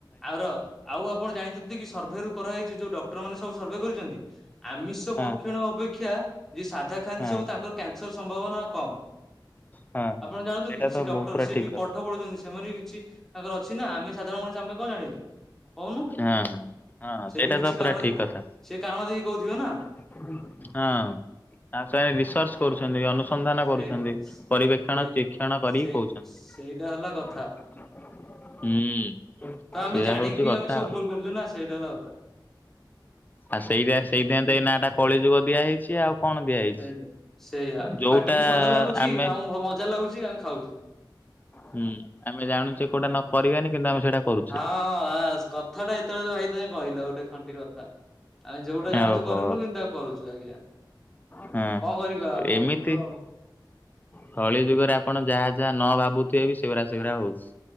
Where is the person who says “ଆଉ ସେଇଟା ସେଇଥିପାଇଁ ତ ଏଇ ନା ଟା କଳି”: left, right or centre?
Left